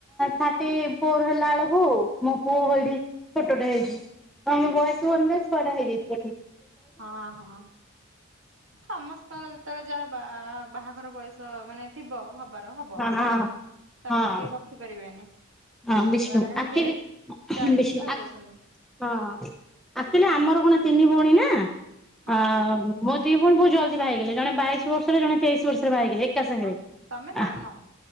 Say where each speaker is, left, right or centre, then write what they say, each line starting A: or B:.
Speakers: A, in the centre; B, on the right.
A: ଥାଟି ଫୋର ହେଲା ବେଳକୁ ମୋ ପୁଅ ହେଇଡି ଛୋଟଟେ ହେଇଛି। କମ ବୟସ <unintelligible> ଛୁଆଡା ହେଇଯାଇ ଗୋଟେ।
B: ହଁ ହଁ। ସମସ୍ତଙ୍କର ଯେତେବେଳେ ଯାର ବା ବାହାଘର ବୟସ ମାନେ ଥିବ ହବାର ହବ
A: ହଁ
B: ତାକୁ
A: ହଁ
B: କେହି ରଖିପାରିବେନି।
A: ହଁ ବିଷ୍ଣୁ
B: ଜଣେ
A: ଆଖି
B: ତିରିଶ
A: ବି
B: ଚାଳିଶ
A: ବିଷ୍ଣୁ
B: ବି ରହିଯାଉଛନ୍ତି
A: ଆ ହଁ ଆକଚୁଆଲି ଆମର କଣ ତିନି ଭଉଣୀ ନା ଆ
B: ହଁ ହଁ
A: ମୋ ଦି ଭଉଣି ବହୁତ ଜଲଦି ବାହାହେଇଗଲେ ଜଣେ ବାଇସି ବର୍ଷରେ ଜଣେ ତେଇସି ବର୍ଷରେ ବାହା ହେଇଗଲେ ଏକା ସାଙ୍ଗେରେ
B: ଆଉ ତମେ ସାନ
A: ଆଃ